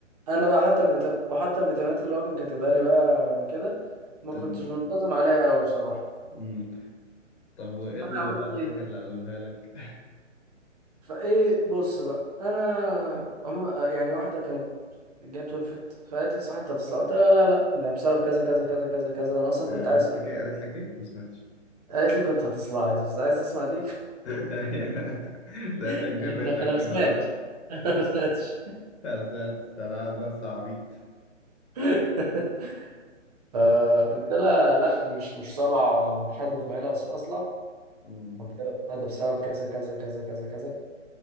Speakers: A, on the right; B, on the left.
A: انا بقى حتى الفيتا... وحتى الفيتامينات اللي هو كان كاتبها لي بقى كده ما كنتش
B: مش بتاخد
A: منتظم عليها قوي بصراحه
B: مم. طب وايه
A: فانا
B: اللي
A: عملت
B: بقى
A: ايه
B: الحاجة اللي قالوها لك؟
A: فايه بص بقى انا
B: <laughs>
A: هم يعني واحده كانت جت وقفت فقالت لي صح انت هتصلع قلت لها لا لا ده بسبب كذا كذا كذا كذا كذا انا اصلا
B: آه،
A: كنت
B: قالت
A: عايز أسأل
B: لك ايه؟ قالت لك ايه؟ ما سمعتش
A: قالت لي كنت هتصلع عايز عايز تسمع دي <laughs>
B: <laughs> لقيتك
A: قال
B: جريتها
A: لك انا انا
B: كده
A: ما سمعتش <laughs> انا ما سمعتش
B: <laughs> ذات انا نص عبيط
A: <laughs> فقلت
B: أيوة.
A: لها لا دي مش مش صلع انا مفيش حد في العيله أص- اصلا
B: مم.
A: قلت لها لا، ده بسبب كذا كذا كذا كذا كذا أنا